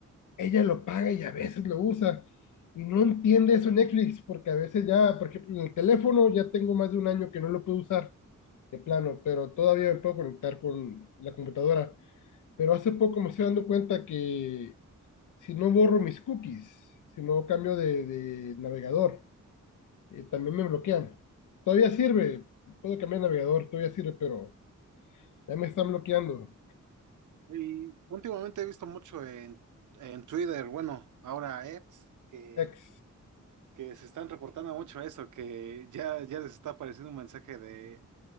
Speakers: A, on the left; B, on the right.
A: Ella lo paga y a veces lo usa. Y no entiende eso Netflix, porque a veces ya, por ejemplo, en el teléfono ya tengo más de un año que no lo puedo usar de plano, pero todavía me puedo conectar con la computadora. Pero hace poco me estoy dando cuenta que si no borro mis cookies, si no cambio de, de navegador, eh, también me bloquean. Todavía sirve, puedo cambiar de navegador, todavía sirve, pero ya me están bloqueando.
B: Y últimamente he visto mucho en, en Twitter, bueno, ahora X, que,
A: Ex.
B: que se están reportando mucho eso, que ya, ya les está apareciendo un mensaje de